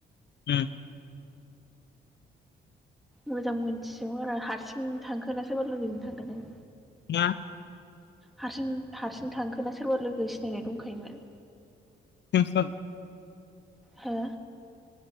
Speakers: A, on the left; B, in the centre.
A: उम
B: मोजां मोनथिजोबागारा हारसिं थांखोनासै बारा लोगोजों थांगोन।
A: मा
B: हारसिं हारसिं थांखोना सोरबा लोगो सिनायनाय दंखायोमोन।
A: <inaudible>
B: हो